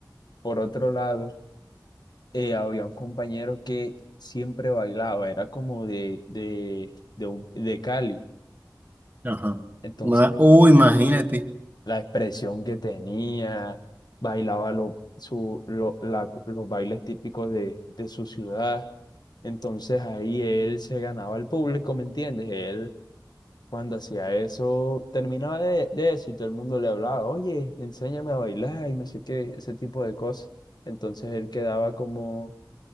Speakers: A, on the left; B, on the right.
A: Por otro lado, eh, había un compañero que siempre bailaba, era como de, de, de, un- de Cali.
B: Ajá.
A: Entonces,
B: Ma- Uy, imagínate,
A: la expresión que tenía, bailaba lo- su- lo- la- los bailes típicos de, de su ciudad. Entonces, ahí él se ganaba al público, ¿me entiendes? Él, cuando hacía eso, terminaba de, de eso y todo el mundo le hablaba, oye, enséñame a bailar y no sé qué, ese tipo de cosas. Entonces, él quedaba como